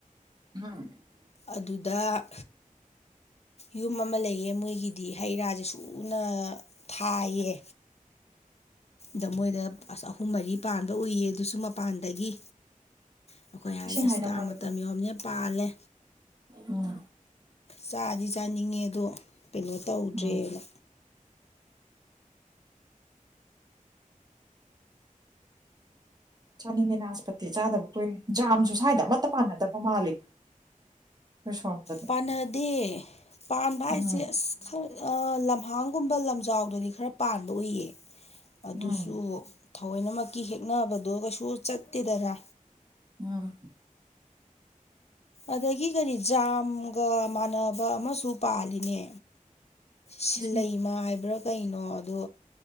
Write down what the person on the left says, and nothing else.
ꯑꯗꯨꯗ ꯌꯨꯝ ꯑꯃ ꯂꯩꯌꯦ ꯃꯣꯏꯒꯤꯗꯤ ꯍꯩ ꯔꯥꯁꯦ ꯁꯨꯅ ꯊꯥꯏꯌꯦ ꯗ ꯃꯣꯏꯗ ꯑꯁ ꯑꯍꯨꯝ ꯃꯔꯤ ꯄꯥꯟꯕ ꯎꯏꯌꯦ ꯑꯗꯨꯁꯨ ꯃꯄꯥꯟꯗꯒꯤ ꯑꯩꯈꯣꯏ ꯍꯥꯏꯅꯦ
ꯑꯁ
ꯀꯥꯡ ꯃꯇꯝ ꯌꯧꯔꯃꯤꯅ ꯄꯥꯜꯂꯦ
ꯆꯥꯗꯤ ꯆꯥꯅꯤꯡꯉꯦ ꯑꯗꯣ ꯀꯩꯅꯣ ꯇꯧꯗ꯭ꯔꯦꯅ
ꯄꯥꯟꯅꯗꯦ ꯄꯥꯟꯕ ꯍꯥꯏꯁꯦ
ꯑꯁ ꯑ ꯂꯝꯍꯥꯡꯒꯨꯝꯕ ꯂꯝꯖꯥꯎꯗꯗꯤ ꯈꯔ ꯄꯥꯟꯕ ꯎꯏꯌꯦ ꯑꯗꯨꯁꯨ
ꯊꯑꯣꯏꯅꯃꯛꯀꯤ ꯍꯦꯛꯅꯕꯗꯣ ꯀꯩꯁꯨ ꯆꯠꯇꯦꯗꯅ
ꯑꯗꯒꯤ ꯀꯔꯤ ꯖꯥꯝ ꯒ ꯃꯥꯟꯅꯕ ꯑꯃꯁꯨ ꯄꯥꯜꯂꯤꯅꯦ ꯁꯤꯜꯂꯩꯃ
ꯍꯥꯏꯕ꯭ꯔ ꯀꯩꯅꯣ ꯑꯗꯣ